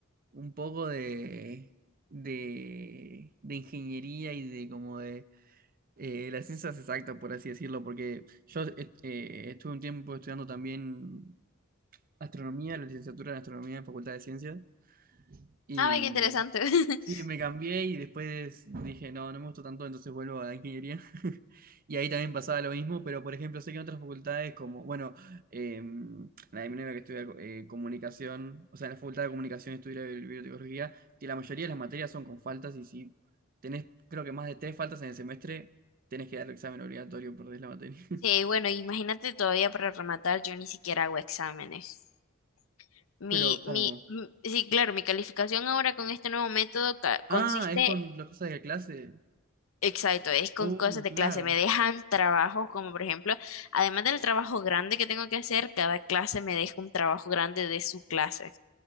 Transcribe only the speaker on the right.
un poco de, de, de ingeniería y de como de eh, la ciencia exacta, por así decirlo, porque yo eh, eh, estuve un tiempo estudiando también astronomía, la licenciatura en astronomía en Facultad de Ciencias, y
Sí, me cambié y después dije, no, no me gustó tanto, entonces vuelvo a la ingeniería. <laughs> Y ahí también pasaba lo mismo, pero por ejemplo, sé que en otras facultades como, bueno, em, la de mi novia que estudia eh, comunicación, o sea, en la facultad de comunicación estudia bi- biotecnología, y la mayoría de las materias son con faltas y si tenés, creo que más de tres faltas en el semestre, tenés que dar el examen obligatorio, perdés la materia. <laughs>
Pero como,
ah,
es con las cosas de la clase.
Oh,
claro,